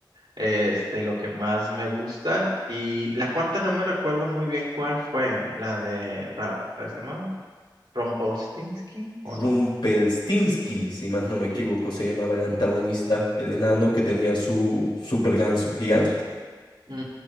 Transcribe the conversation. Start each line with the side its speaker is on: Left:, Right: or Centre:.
Right: este, lo que más me gustan. Y la cuarta no me recuerdo muy bien cuál fue, la de, Ra- ¿cómo ¿se llama? Rumpelstiltskin o
Left: Rumpelstinsky,
Right: no. O-
Left: si más no me equivoco,
Right: sí.
Left: se llamaba el antagonista, el enano que tenía su super ganso gigante.
Right: ujú.